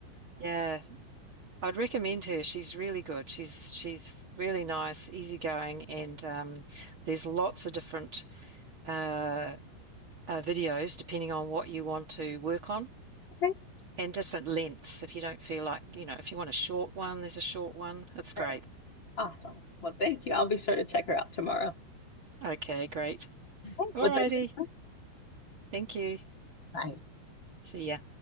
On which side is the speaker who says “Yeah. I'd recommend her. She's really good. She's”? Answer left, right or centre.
Right